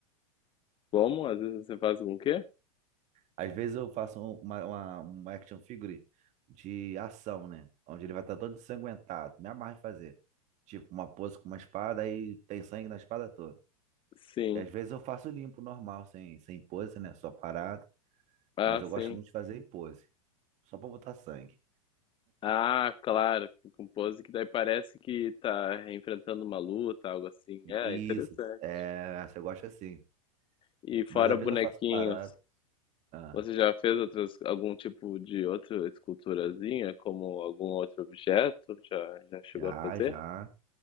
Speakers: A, on the left; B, on the right.
A: Como? Às vezes você faz com o quê?
B: Às vezes eu faço uma, uma, uma um action figure de ação, né? Onde ele vai estar todo ensanguentado. Me amarra em fazer. Tipo, uma pose com uma espada e tem sangue na espada toda.
A: Sim.
B: E às vezes eu faço limpo, normal, sem, sem pose, né? Só parado.
A: Ah,
B: Mas eu
A: sim.
B: gosto muito de fazer em pose. Só pra botar sangue.
A: Ah, claro, fica com pose que daí parece que tá enfrentando uma luta, algo assim.
B: Isso.
A: É, interessante.
B: É, você gosta assim.
A: E fora
B: Mas às
A: bonequinhos,
B: vezes eu faço parado. Ah,
A: você já fez outros algum tipo de outra esculturazinha, como algum outro objeto? Já, já chegou
B: já,
A: a fazer?
B: já.